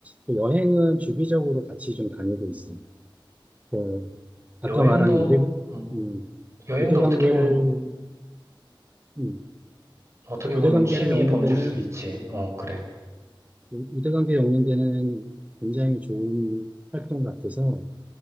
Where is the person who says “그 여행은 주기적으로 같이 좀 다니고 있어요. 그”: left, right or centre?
Right